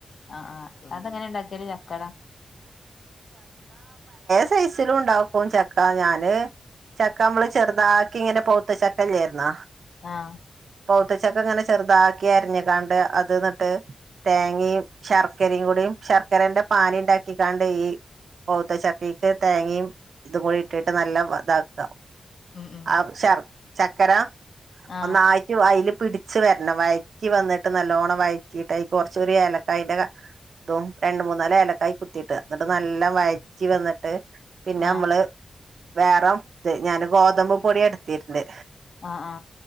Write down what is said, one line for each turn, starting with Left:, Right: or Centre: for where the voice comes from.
Left: അ അ അതെങ്ങനെണ്ടാക്കല് ചക്കട.
Right: സൈസിലുണ്ടാക്കും ചക്ക ഞാന്. ചക്കമ്മള് ചെറുതാക്കിങ്ങനെ പൊവ്ത്തചക്കല്ല്യേ ആയിരുന്ന
Left: ആ.
Right: പവ്ത്തചക്കങ്ങനെ ചെറുതാക്ക്യരിഞ്ക്കാണ്ട് അത് ട്ട് തേങേമ് ശർക്കരയും കൂടി ശർക്കരന്റെ പാനിണ്ടാക്കികാണ്ട് ഈ പൗത്തചക്കീക്ക് തേങ്ങയും ഇതുംകൂടിട്ട് ട്ട് നല്ലതാക്കാ.
Left: ഉം ഉം
Right: അവ് ശർ ചക്കര
Left: ആഹ്
Right: ഒന്നായിട്ട്വ് അയ്ല് പിടിച്ച് വരണം വയറ്റി വന്നിട്ട് നല്ലോണം വയറ്റീട്ടയ്ക്ക്‌ കുറച്ചൊരുഏലക്കായിന്റെ ത്തും രണ്ട്മൂന്നാല് ഏലക്കായി കുത്തിയിട്ട് ന്നിട്ട് നല്ലം വഴറ്റിവന്നിട്ട് പിന്നമ്മള്
Left: ആഹ്
Right: വേറെ ഇത് ഞാന് ഗോതമ്പ് പൊടിയാ ഇട്ത്തീന്നെ
Left: അ ആ.